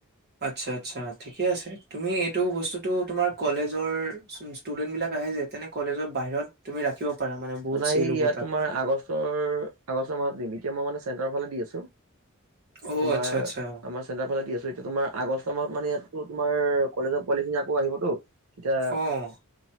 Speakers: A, on the right; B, on the right.
A: আচ্ছা -আচ্ছা ঠিকে আছে তুমি এইটো বস্তুটো তোমাৰ কলেজৰ ষ্টোডেন্ট বিলাক আহে যে তেনে কলেজৰ বাহিৰত তুমি ৰাখিব পাৰা মানে বহুত
B: অ নাই
A: চেল হ'ব
B: ইয়াত
A: তাত।
B: তোমাৰ আগষ্টৰ আগষ্ট মাহত দিম এতিয়া মই মান ৰ ফালে দি আছো।
A: অ',
B: তোমাৰ
A: আচ্ছা, আচ্ছা
B: আমাৰ চেণ্টাৰ ফালে দি আছো এতিয়া তোমাৰ আগষ্ট মাহত মানে ইয়াত তোমাৰ কলেজৰ পোৱালি খিনি আকৌ আহিবতো। এতিয়া
A: অ',